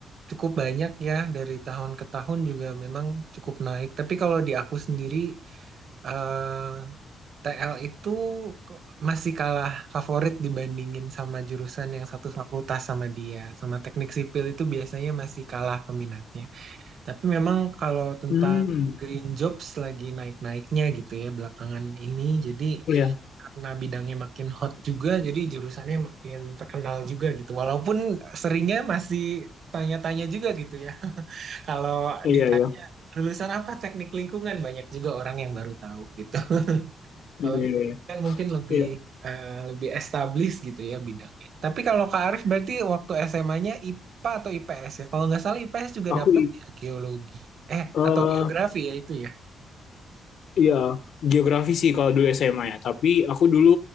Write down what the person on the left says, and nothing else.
Hmm,
iya,
iya,
iya,
iya,
iya. iya.
Iya.
Aku,
eh
iya, Geografi sih kalau dulu SMA ya, tapi aku dulu